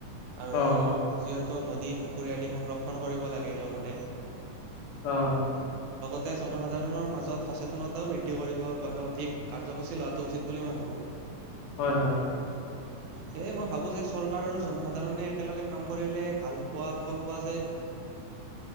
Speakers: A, on the right; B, on the left.
A: আৰু
B: অ
A: যিহেতু নদী পুখুৰী আদি সংৰক্ষণ কৰিব লাগে লগতে
B: আহ
A: তে জনসাধাৰণৰ মাজত সচেতনতাও বৃদ্ধি কৰিবৰ বাবে অধিক কাৰ্যসূচী লোৱাটো উচিত বুলি মই ভাবোঁ
B: হয় হয়
A: সেয়ে মই ভাবোঁ যে চৰকাৰ আৰু জনসাধাৰণে একেলগে কাম কৰিলে ভাল পোৱা ফল পোৱা যায়